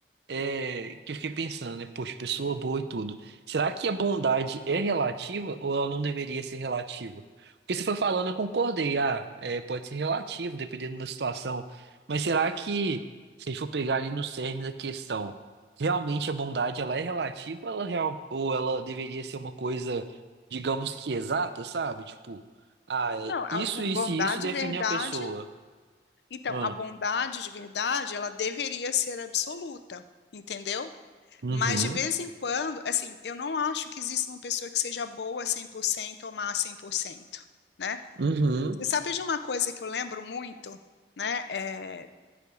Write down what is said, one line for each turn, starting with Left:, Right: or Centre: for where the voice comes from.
Right: é, que eu fiquei pensando, né? Poxa, pessoa boa e tudo. Será que a bondade é relativa ou ela não deveria ser relativa? Porque você foi falando, eu concordei. Ah, é, pode ser relativo, dependendo da situação. Mas será que, se a gente for pegar ali no cerne da questão, realmente a bondade ela é relativa ou ela, real, ou ela deveria ser uma coisa, digamos que exata, sabe? Tipo, ah, é
Left: Não, a
Right: isso,
Left: von-
Right: isso
Left: bondade
Right: e isso define
Left: e verdade.
Right: a pessoa.
Left: Então,
Right: Ah,
Left: a bondade de verdade, ela deveria ser absoluta, entendeu?
Right: uhum,
Left: Mas de vez em quando, assim, eu não acho que exista uma pessoa que seja boa 100% ou má 100%, né?
Right: uhum.
Left: Você sabe de uma coisa que eu lembro muito, né? É,